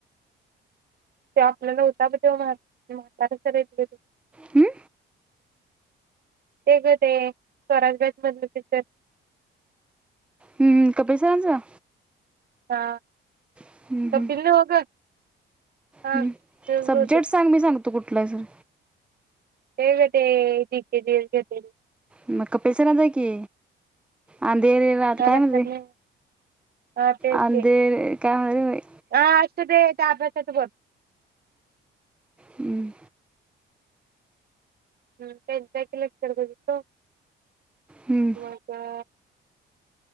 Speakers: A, on the right (about 50°); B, in the centre.
A: ते आपल्याला होता ब तेव्हा म्हातारा <unintelligible>
B: हम्म?
A: ते गते स्वराजगज मधलं तिच
B: हम्म कपिल सरांचा
A: हा
B: हम्म, हम्म,
A: कपिल नव्ह ग हा
B: हम्म.
A: ते
B: सब्जेक्ट
A: होते
B: सांग मी सांगतो कुठला सर
A: हे ग ते <unintelligible>
B: मग कपिल सरांचा हाय की आण ते दे रात काय
A: लक्षात
B: म्हणले
A: नाही हा तेच
B: अंदे
A: ते
B: काय माहिती बाय
A: हा असू दे त्या अभ्यासाच बोल
B: हम्म,
A: ह त्याच एक लेक्चर बघितलो
B: हम्म.
A: म ग